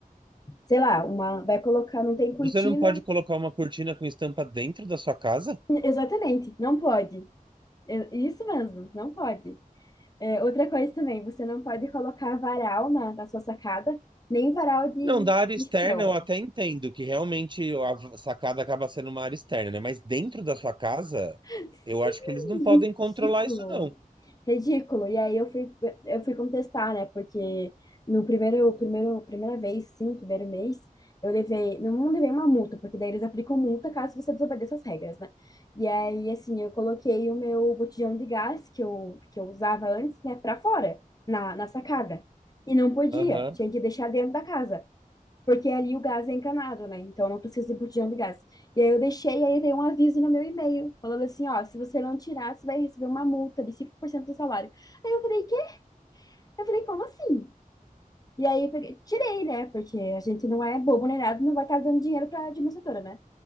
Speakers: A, on the left; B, on the right.
A: sei lá, uma, vai colocar, não tem cortina.
B: Você não pode colocar uma cortina com estampa dentro da sua casa?
A: Exatamente, não pode. É, Isso mesmo, não pode. É, outra coisa também, você não pode colocar varal na, na sua sacada, nem varal de,
B: Não, da área externa
A: de chão.
B: eu até entendo que realmente a sacada acaba sendo uma área externa, né? Mas dentro da sua casa,
A: Sim,
B: eu acho que eles não podem controlar
A: ridículo.
B: isso, não.
A: Ridículo. E aí eu fui, eu fui contestar, né? Porque no primeiro, primeiro, primeira vez, sim, primeiro mês, eu levei, não, não levei uma multa, porque daí eles aplicam multa caso você desobedeça as regras, né? E aí, assim, eu coloquei o meu botijão de gás que eu, que eu usava antes, né, pra fora, na, na sacada. E não podia,
B: Aham,
A: tinha que deixar dentro da casa. Porque ali o gás é encanado, né? Então não precisa de botijão de gás. E aí eu deixei, aí veio um aviso no meu e-mail, falando assim, ó, se você não tirar, você vai receber uma multa de 5% do salário. Aí eu falei, quê? Eu falei, como assim? E aí eu peguei- tirei, né? Porque a gente não é bobo nem nada, não vai estar dando dinheiro para administradora, né?